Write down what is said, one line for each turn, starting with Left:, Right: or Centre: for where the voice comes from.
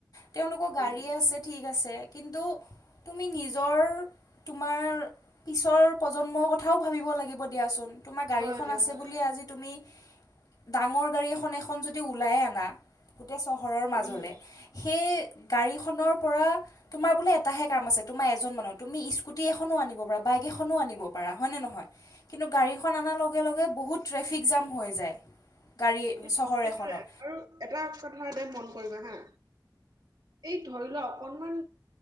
Left: তেওঁলোকৰ
Right: উম
Left: গাড়ীয়ে আছে, ঠিক আছে। কিন্তু তুমি নিজৰ তোমাৰ পিছৰ প্ৰজন্মৰ কথ থাও ভাবিব লাগিব দিয়াচোন তোমাৰ গাড়ীখন
Right: হয় দিয়া
Left: আছে
Right: হয়
Left: বুলি আজি তুমি ডাঙৰ গাড়ী এখন এখন যদি ওলাই আনা। তে চহৰৰ মাজলে
Right: উম
Left: সে গাড়ীখনৰ পৰা তোমাৰ বোলে এটাহে কাম আছে তোমাৰ এজন মানুহ তুমি স্কুটি এখনো আনিব পাৰা বাইক এখনো আনিব পাৰা হয়নে নহয় কিন্তু গাড়ীখন অনাৰ লগে লগে বহুত ট্ৰেফিক জাম হৈ যায় গাড়ী
Right: সেই
Left: চহৰ
Right: সেইটোয়ে
Left: এখনত
Right: আৰু এটা কথা দেন মন কৰিবা হা এই ধৰি লোৱা অকণমান